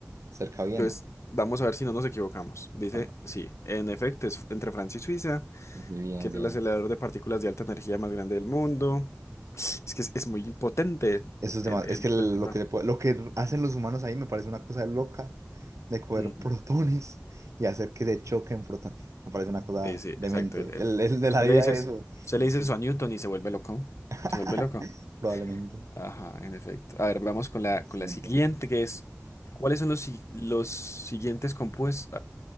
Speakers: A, on the right; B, on the left.
A: cerca de Viena.
B: Pues vamos a ver si no nos equivocamos. Dice,
A: Ah, no.
B: sí, en efecto, es entre Francia y Suiza,
A: Sí, sí, bien,
B: que es
A: bien.
B: el acelerador de partículas de alta energía más grande del mundo. Es que es, es muy impotente
A: Eso es
B: el,
A: demás.
B: el
A: Es que el-
B: coleccionar.
A: lo que, se puede- lo que hacen los humanos ahí me parece una cosa loca de coger
B: Ujú.
A: <laughs> protones y hacer que se choquen protones. Me parece una cosa
B: Sí, sí,
A: demente.
B: exacto. El, el-
A: El, el de
B: Usted
A: la vida
B: le dice,
A: de
B: usted
A: eso es
B: le dice
A: tú.
B: eso a Newton y se vuelve loco.
A: <laughs>
B: Se vuelve loco.
A: Probablemente.
B: Ajá, en efecto. A ver, vamos con la,
A: Lo
B: con
A: siguiente.
B: la siguiente, que es, ¿cuáles son los, si- los siguientes compuestos?